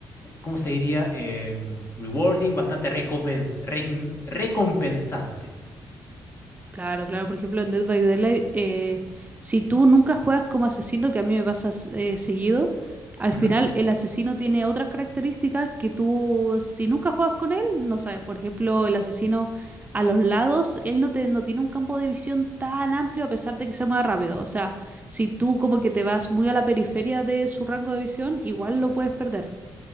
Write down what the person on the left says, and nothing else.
¿cómo se diría? Em, rewarding, bastante recompens- recon- recompensante.
Ujú.